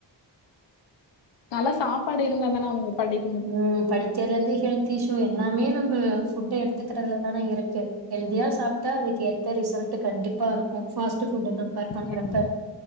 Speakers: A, on the left; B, on the right.
A: நல்லா சாப்பாடு இருந்தாதானா அவுங்க படிக்
B: ம் படிக்கிறலந்து ஹெல்த் இஷ்யூ எல்லாமே நம்ப ஃபுட்டு எடுத்துக்குறதுலதானே இருக்கு ஹெல்தியா சாப்ட்டா அதுக்கு ஏத்த ரிசல்ட் கண்டிப்பா இருக்கு ஃபாஸ்ட்டு ஃபுட்ட கம்பேர் பண்றப்ப
A: இது இருக்கு